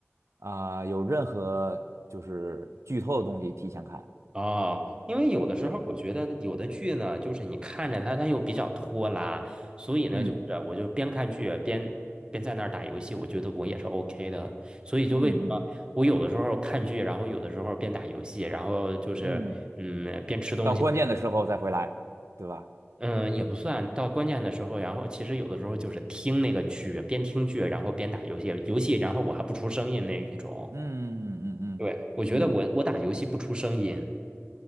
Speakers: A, on the right; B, on the right.
A: 啊、有任何就是剧透的东西提前看，
B: 哦，因为有的时候我觉得有的剧呢，
A: 对，
B: 就是你看着它，它又比较拖拉，所以呢，
A: 嗯
B: 就是我就边看剧边边在那儿打游戏，我觉得我也是 OK 的。所以就为什么我有的时候看剧，
A: 嗯嗯
B: 然后有的时候边打游戏，然后就是嗯边吃东西，
A: 嗯嗯，嗯到关键的时候再回来，对吧？
B: 嗯也不算到关键的时候，然后其实有的时候就是听那个剧，边听剧然后边打游戏，游戏然后我还不出声音那一种。
A: 嗯嗯嗯嗯嗯。
B: 对，我觉得我我打游戏不出声音。